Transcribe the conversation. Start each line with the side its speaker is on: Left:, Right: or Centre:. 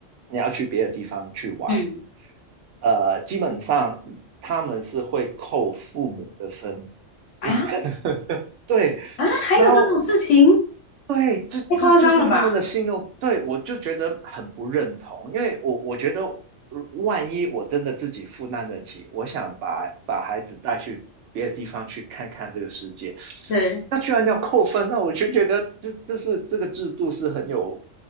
Right: 你要去别的地方去玩，
Left: 嗯嗯，
Right: 呃，基本上他们是会扣父母的分。
Left: 啊
Right: <laughs> 对，
Left: 啊，还有这种事情，
Right: 然后对，这这就是他们的信用，
Left: 太夸张了吧？
Right: 对，我就觉得很不认同，因为我我觉得，呃万一我真的自己负担得起，我想把把孩子带去别的地方去看看这个世界，
Left: 对，
Right: 那居然要扣分，那我就觉得这这是这个制度是很有，